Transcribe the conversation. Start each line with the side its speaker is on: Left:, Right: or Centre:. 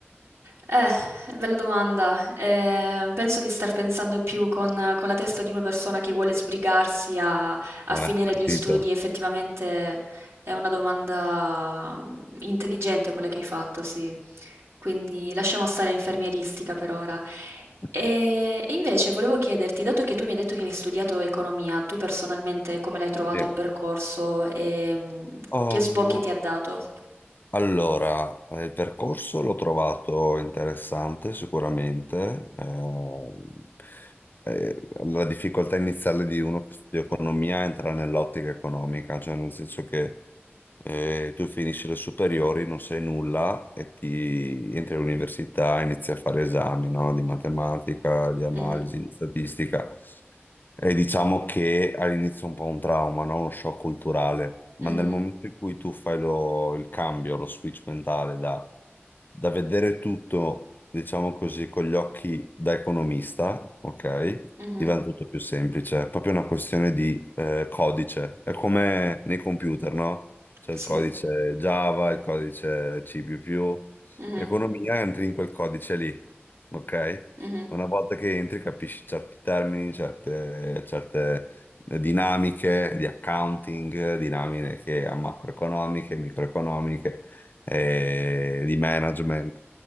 Right: Eh, bella domanda. Eh, penso di star pensando più con, con la testa di una persona che vuole sbrigarsi a, a
Left: Eh,
Right: finire
Left: capito?
Right: gli studi. Effettivamente è una domanda mm, intelligente quella che hai fatto, sì. Quindi lasciamo stare infermieristica per ora.
Left: <laughs>
Right: E invece volevo chiederti, dato che tu mi hai detto che hai studiato economia, tu personalmente come l'hai trovato
Left: Sì.
Right: il percorso e mm,
Left: Oh,
Right: che sbocchi ti ha dato?
Left: Allora, eh, il percorso l'ho trovato interessante sicuramente. ehm, eh, la difficoltà iniziale di uno che studia economia entra nell'ottica economica, cioè nel senso che eh, tu finisci le superiori, non sai nulla e ti entri all'università, inizi a fare esami, no? Di matematica, di analisi,
Right: Mhm,
Left: di statistica. E diciamo che all'inizio è un po' un trauma, no? Uno shock culturale, ma
Right: mhm,
Left: nel momento in cui tu fai lo- il cambio, lo switch mentale da, da vedere tutto, diciamo così, con gli occhi da economista, ok?
Right: mhm,
Left: diventa tutto più semplice, è proprio una questione di eh, codice, è come nei computer, no? c'è
Right: Sì.
Left: il codice Java, il codice C++, più più.
Right: Mh-mh.
Left: economia entri in quel codice lì, ok?
Right: Mh-mh.
Left: Una volta che entri capisci certi termini, certe, certe dinamiche di accounting, dinamiche che- macroeconomiche, microeconomiche, eh, di management